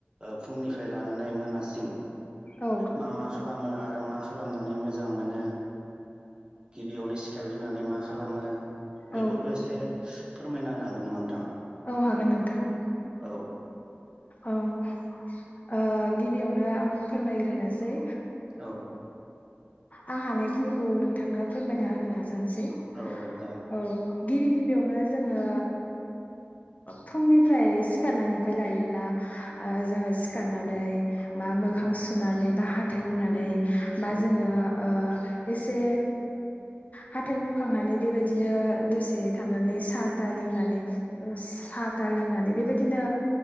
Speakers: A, on the right; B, on the left.
A: फुंनिफ्राय लानानै मोनासिम
B: औ
A: मा मा खालाम खालामो आरो मा खालामनानै मोजां मोनो? गिबियावनो सिखारग्रोनानै मा खालामो? बेफोरखौ
B: औ
A: एसे फोरमायना होनो हागोन नामा नोंथाङा?
B: औ हागोन नोंथां।
A: औ
B: औ गिबियावनो आं फोरमायग्रोनोसै
A: औ
B: आं हानायखिनिखौ नोंथांनो फोरमायना होनो नाजानोसै
A: औ जागोन
B: औ गिबि गिबियावनो जोङो फुंनिफ्राय सिखारनायनिफ्राय लायोब्ला जोङो सिखारनानै
A: औ
B: बा मोखां सुनानै बा हाथाइ हनानै बा
A: औ
B: जोङो एसे हाथाइ हुखांनानै बेबायदिनो दसे थानानै साहा था लोंनानै साथा लोंनानै बेबायदिनो